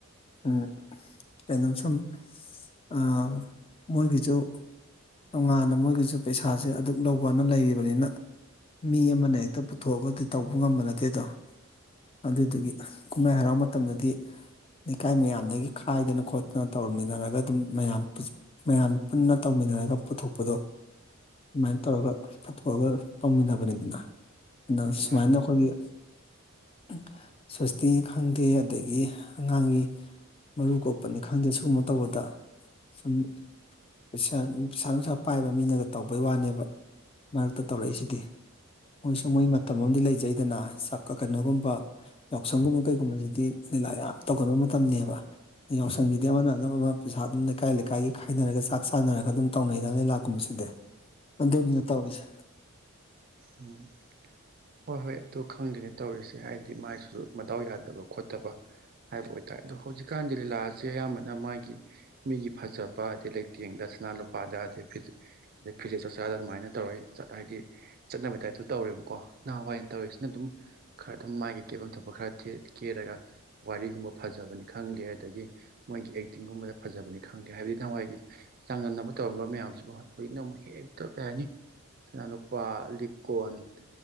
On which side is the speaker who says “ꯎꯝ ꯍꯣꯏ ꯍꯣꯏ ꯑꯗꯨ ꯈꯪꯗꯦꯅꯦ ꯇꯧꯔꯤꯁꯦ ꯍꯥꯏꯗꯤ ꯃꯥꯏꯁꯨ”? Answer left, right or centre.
Right